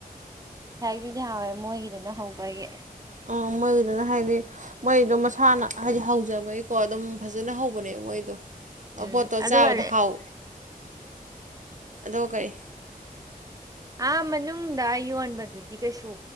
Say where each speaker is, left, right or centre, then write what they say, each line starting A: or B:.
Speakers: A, on the right (about 25°); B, on the right (about 55°).
A: ꯗꯨꯗꯤ ꯍꯥꯎꯋꯦ ꯃꯣꯏꯒꯤꯗꯨꯅ ꯍꯧꯕꯒꯤ
B: ꯑꯣ ꯃꯣꯏꯒꯤꯗꯨꯅ ꯍꯥꯏꯗꯤ ꯃꯣꯏꯗꯣ ꯃꯁꯥꯅ ꯍꯥꯏꯗꯤ ꯍꯧꯖꯕꯒꯤꯀꯣ ꯑꯗꯨꯝ ꯐꯖꯅ ꯍꯧꯕꯅꯦ ꯃꯣꯏꯗꯣ ꯃꯄꯣꯠꯇꯣ
A: ꯎꯝ ꯑꯗꯨꯒꯅꯦ
B: ꯆꯥꯕꯗ ꯍꯥꯎ ꯑꯗꯣ ꯀꯔꯤ
A: ꯑꯥ ꯃꯅꯨꯡ ꯅꯨꯡꯗ ꯌꯣꯟꯕꯗꯨꯗꯤ ꯀꯩꯁꯨ